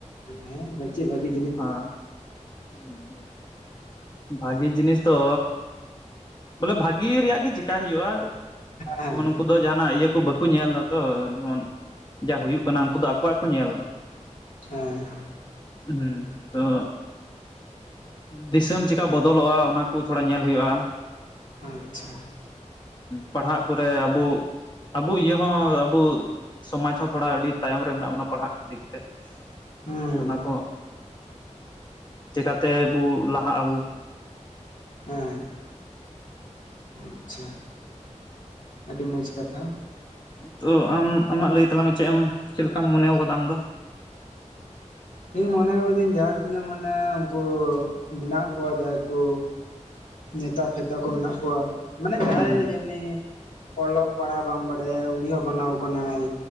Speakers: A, on the left (about 85°); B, on the left (about 35°).
A: ᱦᱮᱸ ᱵᱟᱪᱮ ᱵᱷᱟᱹᱜᱤ
B: ᱟᱸ ᱦᱩᱸ ᱵᱷᱟᱜᱤ ᱡᱤᱱᱤᱥ ᱫᱚ ᱵᱚᱞᱮ ᱵᱷᱟᱜᱤ ᱨᱮᱭᱟᱜ ᱜᱮ ᱪᱮᱠᱟᱭ ᱦᱩᱭᱩᱜᱼᱟ
A: ᱦᱮᱸ
B: ᱡᱮᱢᱚᱱ ᱱᱩᱠᱩ ᱫᱚ ᱡᱟᱦᱟᱱᱟᱜ ᱤᱭᱟᱹ ᱠᱚ ᱵᱟᱠᱩ ᱧᱮᱞ ᱫᱟ ᱛᱚ ᱡᱮᱢᱚᱱ ᱡᱟ ᱦᱩᱭᱩᱜ ᱠᱟᱱᱟ ᱩᱱᱠᱩ ᱫᱚ ᱟᱠᱚᱣᱟᱜ ᱠᱚ ᱧᱮᱞ ᱮᱫᱟ
A: ᱦᱮᱸ
B: ᱦᱩᱸ ᱛᱚ ᱫᱤᱥᱟᱹᱢ ᱪᱮᱠᱟ ᱵᱚᱫᱚᱞᱚᱜᱼᱟ ᱚᱱᱟ ᱠᱚ ᱛᱷᱚᱲᱟ ᱧᱮᱞ ᱦᱩᱭᱩᱜᱼᱟ
A: ᱟᱪᱪᱷᱟ
B: ᱯᱟᱲᱦᱟᱜ ᱠᱩᱨᱮ ᱟᱵᱩ ᱟᱵᱳ ᱤᱭᱟᱹ ᱦᱚᱸ ᱟᱵᱳ ᱥᱚᱢᱟᱡᱽ ᱦᱚᱸ ᱛᱷᱚᱲᱟ ᱟᱹᱰᱤ ᱛᱟᱭᱚᱢ ᱨᱮ ᱢᱮᱱᱟᱜ ᱵᱚᱱᱟ ᱯᱟᱲᱦᱟᱜ ᱫᱤᱠ ᱛᱮ
A: ᱦᱩᱸ
B: ᱟᱫᱚ ᱚᱱᱟ ᱠᱚ ᱪᱮᱠᱟᱛᱮ ᱵᱩ ᱞᱟᱦᱟᱜ ᱟᱵᱩ
A: ᱦᱮᱸ ᱟᱪᱪᱷᱟ ᱟᱹᱰᱤ ᱢᱚᱸᱡᱽ ᱠᱟᱛᱷᱟ
B: ᱛᱳ ᱟᱢ ᱟᱢᱟᱜ ᱞᱟᱹᱭ ᱛᱟᱞᱟᱝ ᱢᱮ ᱪᱮᱜ ᱮᱢ ᱪᱮᱫ ᱞᱮᱠᱟᱢ ᱢᱚᱱᱮᱣ ᱠᱟᱫᱟ ᱟᱢ ᱫᱚ
A: ᱤᱧ ᱢᱚᱱᱮᱣ ᱠᱟᱫᱟᱹᱧ ᱡᱟᱦᱟᱸ ᱛᱤᱱᱟᱹᱜ ᱢᱟᱱᱮ ᱩᱱᱠᱩ ᱢᱮᱱᱟᱜ ᱠᱚᱣᱟ ᱡᱟᱦᱟᱭ ᱠᱚ ᱱᱮᱛᱟ ᱯᱷᱮᱛᱟ ᱠᱚ ᱢᱮᱱᱟᱜ ᱠᱚᱣᱟ ᱢᱟᱱᱮ ᱡᱟᱦᱟᱸᱭ
B: ᱦᱩᱸ
A: ᱡᱮᱢᱱᱤ ᱚᱞᱚᱜ ᱯᱟᱲᱦᱟᱣ ᱵᱟᱢ ᱵᱟᱲᱟᱭ -ᱟ ᱩᱱᱤ ᱦᱚᱸ ᱵᱟᱱᱟᱣ ᱠᱟᱱᱟᱭ